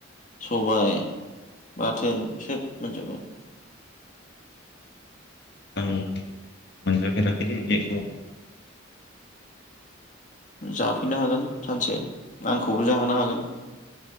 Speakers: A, on the left (about 40°); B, on the left (about 55°).
A: सबाय बाथोन सोब मोनजोबो।
B: आं मोनजाफेराखैलै एक्स'आव।
A: जाफैनो हागोन सानसे। आंखौबो जाहोनो हागोन।